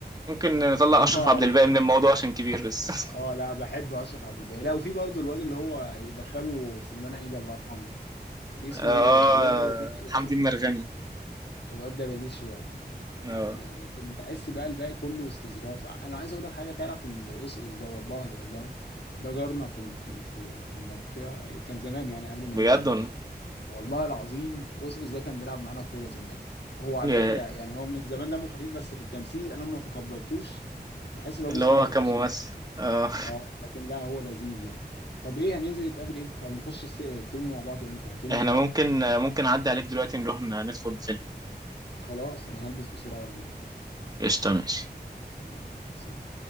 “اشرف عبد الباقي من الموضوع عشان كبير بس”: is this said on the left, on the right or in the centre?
Right